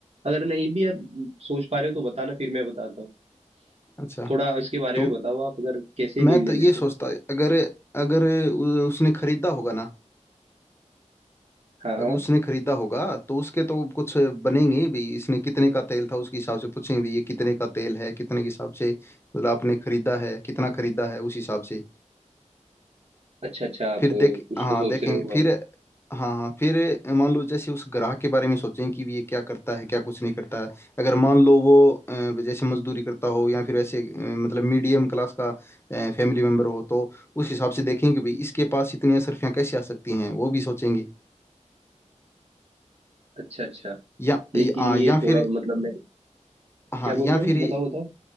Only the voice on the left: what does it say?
अच्छा
तो
मैं
तो ये
सोचता अगर अगर उ- उसने खरीदा होगा ना
अगर उसने खरीदा होगा तो उसके तो कुछ बनेंगे भी इसने कितने का तेल था उसके हिसाब से पूछेंगे भी ये कितने का तेल है कितने के हिसाब से मतलब आपने खरीदा है कितना खरीदा है उस हिसाब से
फिर
देख
हाँ
देखेंगे
फिर
हाँ हाँ फिर मान लो जैसे उस ग्राहक के बारे में सोचें कि भी ये क्या करता है क्या कुछ नहीं करता है अगर मान लो वो अ, जैसे मजदूरी करता हो या फिर ऐसे अ, मतलब मीडियम क्लास का फैमिली मेम्बर हो तो उस हिसाब से देखेंगे कि भाई इसके पास इतनी असरफियाँ कैसे आ सकती हैं वो भी सोचेंगे
या
या, आ,
या
फिर
हाँ
या
फिर